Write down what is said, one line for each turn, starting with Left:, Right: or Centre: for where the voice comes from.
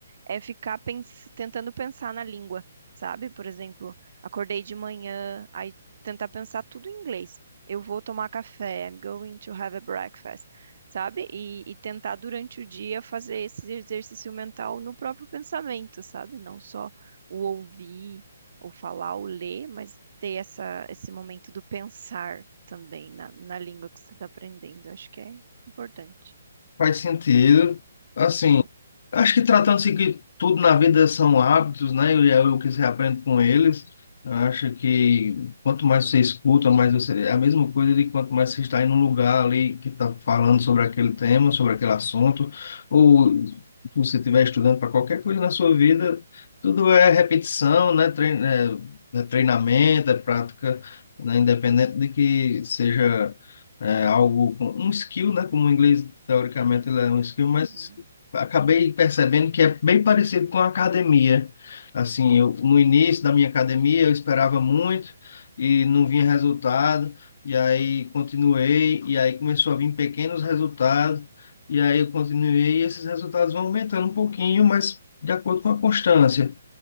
Right: é ficar pens- tentando pensar na língua, sabe? Por exemplo, acordei de manhã, aí tentar pensar tudo em inglês. Eu vou tomar café, I'm going to have a breakfast, sabe? E, e tentar durante o dia fazer esse exercício mental no próprio pensamento, sabe? Não só o ouvir, ou falar, ou ler, mas ter essa, esse momento do pensar também na, na língua que você está aprendendo. Acho que é importante.
Left: Faz sentido, assim,
Right: Hum,
Left: Acho que tratando-se que tudo na vida são hábitos, né? E é o que você aprende com eles. Eu acho que quanto mais você escuta, mais você. É a mesma coisa de quanto mais você está em um lugar ali que está falando sobre aquele tema, sobre aquele assunto, ou se você estiver estudando para qualquer coisa na sua vida, tudo é repetição, né? Trein... É... é treinamento, é prática, né? Independente de que seja. É algo, com- um skill, né? Como o inglês, teoricamente, ele é um skill,
Right: Uhum.
Left: mas acabei percebendo que é bem parecido com a academia. Assim, eu, no início da minha academia, eu esperava muito e não vinha resultado, e aí continuei, e aí começou a vir pequenos resultados, e aí eu continuei, e esses resultados vão aumentando um pouquinho, mas de acordo com a constância.